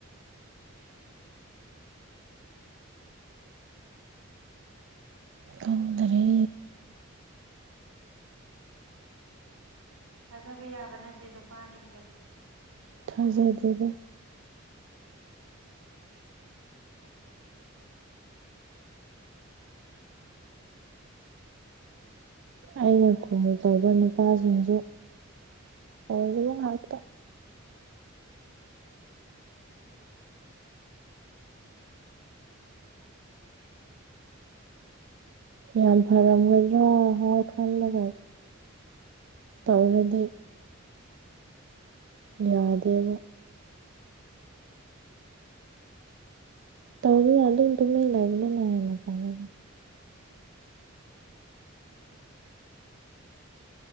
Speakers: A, on the right; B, on the right.
A: ꯈꯪꯗꯔꯦ
B: ꯊꯥꯖꯕ ꯌꯥꯕ ꯅꯠꯇꯦ ꯅꯨꯄꯥꯁꯤꯡꯁꯦ
A: ꯊꯥꯖꯗꯦꯗ ꯑꯩꯅ ꯀꯣꯜ ꯇꯧꯕ ꯅꯨꯄꯥꯁꯤꯡꯁꯨ ꯑꯣꯏꯗꯕ ꯉꯥꯛꯇ ꯌꯥꯝ ꯐꯔꯝꯒꯗ꯭ꯔ ꯍꯥꯏꯅ ꯈꯜꯂꯒ ꯇꯧꯔꯗꯤ ꯌꯥꯗꯦꯕ ꯇꯧꯗꯅ ꯑꯗꯨꯝ ꯇꯨꯃꯤꯟ ꯂꯩꯕꯗꯨꯅ ꯍꯦꯟꯅ ꯐꯔꯦꯗ